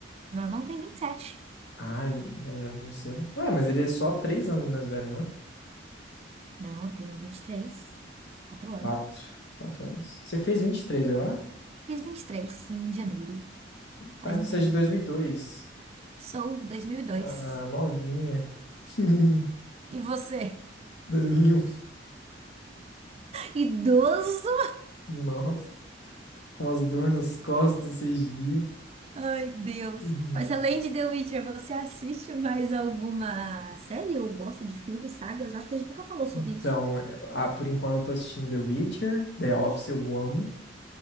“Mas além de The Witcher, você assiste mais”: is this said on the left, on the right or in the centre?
Right